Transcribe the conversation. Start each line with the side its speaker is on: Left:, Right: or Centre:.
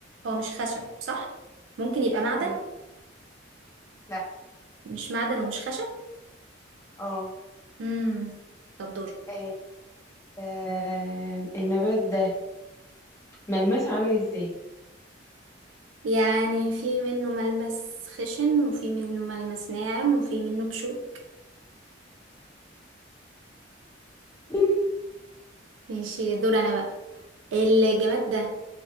Right: هو مش خشب صح؟ ممكن يبقى معدن
Left: أيوه لا
Right: مش معدن ومش خشب
Left: اه
Right: امم طب دورك
Left: أم، أم، النبات ده ملمسه عامل إزاي
Right: يعني في منه ملمس خشن وفي منه ملمس ناعم وفي منه بشوك
Left: تين.
Right: ماشي دور انا بقى الجماد ده